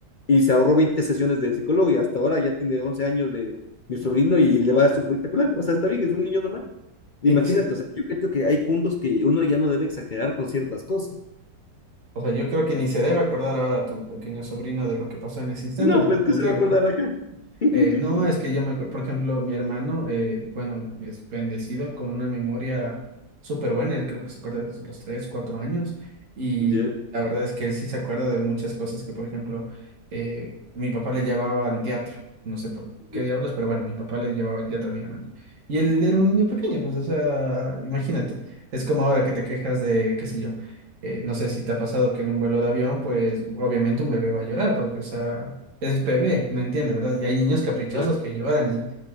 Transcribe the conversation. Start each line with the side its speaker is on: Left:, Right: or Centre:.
Left: Y se ahorró 20 sesiones de psicólogo y hasta ahora ya tiene 11 años de mi sobrino y le va espectacular. O sea, está bien, es un niño normal. Imagínate,
Right: Y ni se-
Left: o sea, yo creo que hay puntos que uno ya no debe exagerar con ciertas cosas.
Right: o sea, yo creo que ni se debe acordar ahora a tu pequeño sobrino de lo que pasó en ese instante,
Left: No,
Right: porque
Left: pues
Right: como
Left: qué se
Right: te
Left: va
Right: digo,
Left: a acordar acá. <laughs>
Right: Eh, no, es que yo me acuerdo, por ejemplo, mi hermano, eh, bueno, es bendecido con una memoria súper buena, él creo que se acuerda desde los tres, cuatro años, y
Left: Ya,
Right: la verdad es que él sí se acuerda de muchas cosas que, por ejemplo, eh, mi papá le llevaba al teatro, no sé por qué
Left: ya.
Right: diablos, pero bueno, mi papá le llevaba al teatro a mi hermano. Y él era un niño pequeño, pues, o sea, imagínate, es como ahora que te quejas de, qué sé yo, eh, no sé si te ha pasado que en un vuelo de avión, pues, obviamente un bebé va a llorar, porque, o sea es bebé, no entiende, ¿verdad? Y hay niños caprichosos
Left: Claro,
Right: que lloran y,